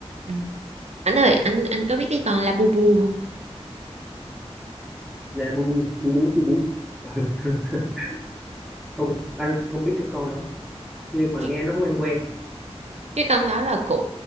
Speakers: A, on the right; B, in the centre.
A: Ừ. Anh ơi, anh anh có biết cái con Labubu không?
B: là bu bu bu bú bu bú <laughs> không anh không biết cái con đó nhưng mà
A: Cái
B: nghe nó quen quen
A: cái con đó là của